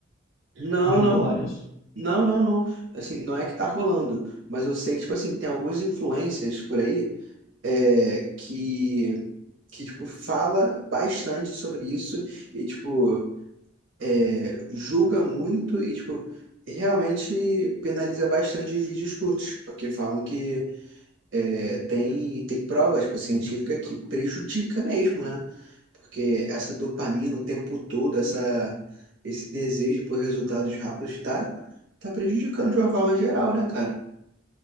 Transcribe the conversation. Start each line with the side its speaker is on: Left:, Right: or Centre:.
Right: Não,
Left: de
Right: não.
Left: bolar isso?
Right: Não, não, não. Assim, não é que tá rolando, mas eu sei que, tipo assim, tem algumas influências por aí é, que, que tipo, fala bastante sobre isso e, tipo, é, julga muito e, tipo, realmente penaliza bastante os vídeos curtos, porque falam que é, tem, tem prova, tipo, científica que prejudica mesmo, né? Porque essa dopamina o tempo todo, essa, esse desejo por resultados rápidos tá, tá prejudicando de uma forma geral, né, cara?